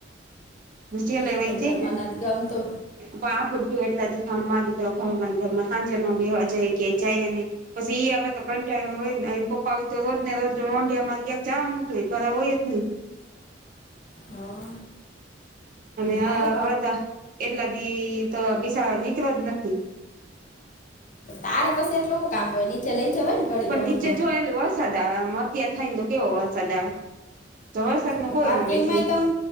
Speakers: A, on the right; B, on the left.
A: જેલે
B: હમ્મ, એ
A: વઈ
B: નહી
A: જઈ
B: ઘરમાં
A: ને
B: ગમતો?
A: પણ એટલા દિ મા અમ મા દીકરો ઘરમાં ન ઘરમાં સાંજનો બેવા જાયે કે જાયે નહીં. પછી એ આવે તો કંટાળો હોય ને એ પપ્પા હોય, તો રોજ ને રોજ રઢિયામાં ક્યાક જવાનું જો હોય ઘરે હોયજ હમ્મ.
B: હા
A: અને
B: સારું
A: હા હવે તો એટલા દિ તો બિસારો નીકળો જ નથી.
B: તારે પછી એટલું હુ કામ હોય નીચે લઈ જવાય ને? ઘડીક
A: પણ
B: રમવા
A: નીચે જોય એટલે વરસાદ આવે મત્યા થાય ને તો કેવો વરસાદ આવે તો વરસાદ ન
B: તો
A: કોઈ
B: પાર્કિંગમાંય
A: નામ એઠું
B: તમ